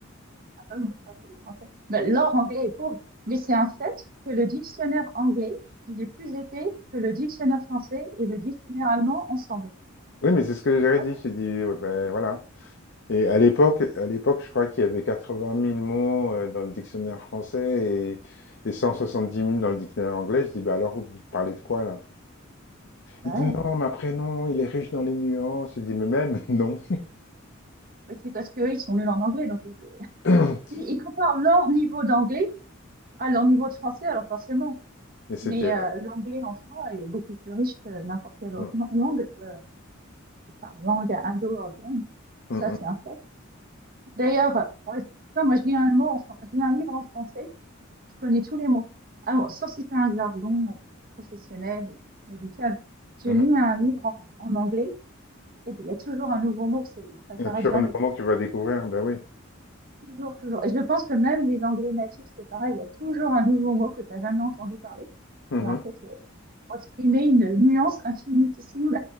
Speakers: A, on the right; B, on the left.
A: ah, pardon, je parle que les Français. Ben, l'or anglais est pauvre. Mais c'est un fait que le dictionnaire anglais, il est plus épais que le dictionnaire français et le dictionnaire allemand ensemble.
B: Oui, mais c'est ce que j'aurais
A: Ça,
B: dit. J'ai dit, ouais, ben, voilà. Et à l'époque, à l'époque, je crois qu'il y avait 80 000 mots euh, dans le dictionnaire français et, et 170 000 dans le dictionnaire anglais. Je dis, bah alors, vous parlez de quoi là?
A: bah
B: Il
A: ouais.
B: dit, non, ma prénom, il est riche dans les nuances. Je dis, mais même, <laughs> non.
A: Mais c'est parce qu'eux, ils sont nuls en anglais, donc ils,
B: <coughs>
A: ils comparent leur niveau d'anglais à leur niveau de français, alors forcément.
B: Et c'était.
A: Mais euh, l'anglais en soi est beaucoup plus riche que n'importe quelle autre
B: euh,
A: lan- langue, euh, enfin, langue indo-européenne. Ça,
B: mm, mm,
A: c'est
B: mm.
A: un fait. D'ailleurs, euh, par exemple, moi, je lis un mot en fran- je lis un livre en français, je connais tous les mots. Ah, bon, sauf si c'est un jargon euh, professionnel ou médical. Je
B: Mmh
A: lis
B: mh.
A: un livre en, en anglais, et puis il y a toujours un nouveau mot, c'est, ça
B: Et
A: s'arrête
B: sur
A: jamais.
B: un nouveau mot que tu vas découvrir, Ben oui.
A: Toujours, toujours. Et je pense que même les anglais natifs, c'est pareil, il y a toujours un nouveau mot que tu n'as jamais entendu parler.
B: Mmh
A: Et en
B: mh.
A: fait, euh, exprimer une nuance infinitissime